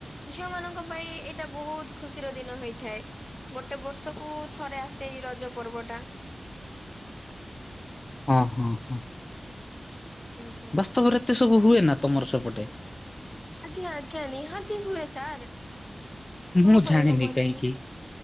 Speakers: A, on the left; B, on the left.
A: ଝିଅ ମାନଙ୍କ ପାଇଁ ଏ ଏଇଟା ବୋହୁତ ଖୁସିର ଦିନ ହେଇଥାଏ। ଗୋଟେ ବର୍ଷକୁ ଥରେ ଆସେ ଏଇ ରଜ ପର୍ବ ଟା।
B: ହଁ ହଁ ହଁ।
A: ଆଜ୍ଞା <unintelligible>
B: ବାସ୍ତବରେ ଏତେ ସବୁ ହୁଏ ନା ତମର ସେପଟେ।
A: ଆଜ୍ଞା ଆଜ୍ଞା ନିହାତି ହୁଏ ସାର୍। କଣ
B: ମୁଁ
A: ପାଇଁ
B: ଜାଣିନି
A: ହବନିନି
B: କାଇଁକି